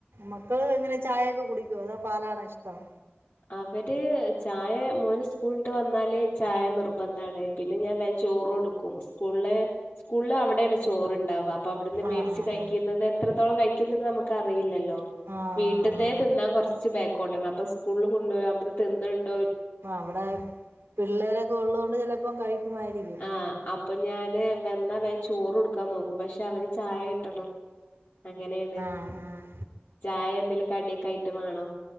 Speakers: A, on the right; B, on the left.
A: മക്കള് എങ്ങനെ ചായയൊക്കെ കുടി കുമോ അതോ പാലാണോ ഇഷ്ടം
B: അവര് ചായ മോന് സ്കൂള് വിട്ട് വന്നാൽ ചായ നിർബന്ധാണ് പിന്നെ ഞാൻ വിചാ ചോറ് കൊടുക്കും സ്കൂളിലെ സ്കൂളിൽ അവിടൊയാണ് ചോറുണ്ടാവുക അപ്പൊ അവിടുന്ന് മേടിച്ച്
A: ആഹ് ആഹ്
B: കഴിക്കുന്നത്
A: ആഹ്
B: എത്രത്തോളം കഴിക്കുന്നുന്ന് നമ്മുക്ക് അറിയില്ലല്ലോ
A: ആഹ്
B: വീട്ടത്തെ
A: ആഹ്
B: തിന്നാൻ കൊറച്ച് ബാക്കോട്ടാണ് അപ്പോൾ സ്കൂളിൽ കൊണ്ട് പോയ അവിടുന്ന് തിന്നണുണ്ടേ
A: ആ അവിടെ പിള്ളേരൊക്കെ ഉള്ളത് കൊണ്ട് ചിലപ്പോം കഴിക്കുമായിരിക്കും
B: ആഹ് അപ്പൊ ഞാന് വന്നാ വേഗം ചോറ് കൊടുക്കാൻ നോക്കും പക്ഷെ അവന് ചായ കിട്ടണം അങ്ങനെയാണ്
A: ആഹ് ആഹ്
B: ചായ എന്തേലും കടിടൊക്കയായിട്ട് വാണം